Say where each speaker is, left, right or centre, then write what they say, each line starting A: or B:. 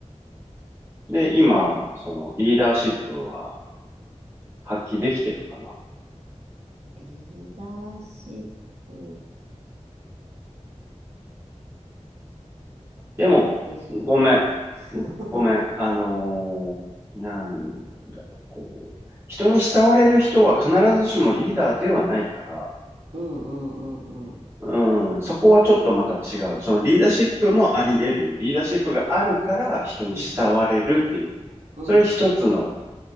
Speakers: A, on the right (about 20°); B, on the right (about 60°).
A: で、今、そのリーダーシップは発揮できてるかな。
B: リーダーシップ、どうでしょ
A: でも、ごめん。
B: う。<laughs>
A: ごめん。あのーなんだろう、こう。人に慕われる人は必ずしもリーダーではないから、
B: うんうんうんうん。
A: うん、そこはちょっとまた違う。そのリーダーシップもあり得るよ。リーダーシップがあるから人に慕われるっていう。
B: うんうんうん
A: それ一つの、